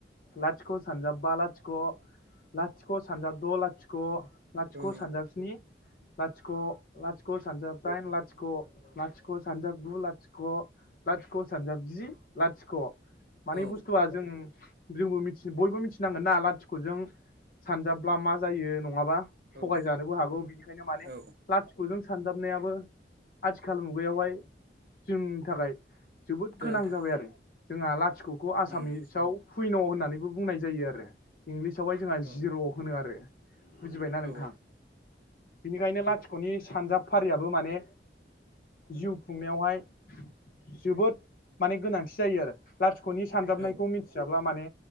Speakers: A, on the left; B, on the right.
A: लाथिख' सानजाबबा लाथिख' लाथिख' लाथिख' सानजाब द' लाथिख' लाथिख
B: औ
A: सानजाब सिनि लाथिख' लाथिख सानजाब डाइन लाथिख' लाथिख' सानजाब गु लाथिख' लाथिख' सानजाब जि लाथिख' मानि
B: औ
A: बुस्थुआ जों जोंबो मिथि बयबो मिथि नांगोन ना लाथिख'जों सानजाबब्ला मा जायो नङाबा थगायजानोबो
B: औ
A: हागौ बिनिखायनो माने
B: औ
A: लाथिख'जों सानजाबनायाबो आथिखाल मुगायावहाय जोंनि थाखाय जोबोद
B: गोनांथार
A: गोनां जाबाय आरो जोंहा लाथिख'खौ आसामिसाव
B: ओं
A: पुइन' होननानैबो बुंनाय जायो आरो इंलिसावहाय जोंहा
B: औ
A: जिर' होनो आरो बुजिबायना
B: औ
A: नों थां बिनिखायनो लाथिख'नि सानजाब फारियाबो माने जिउ खुंनायावहाय जोबोद माने गोनांथि जायो आरो। लाथिख'नि सानजाबनायखौ
B: औ
A: मिथियाब्ला माने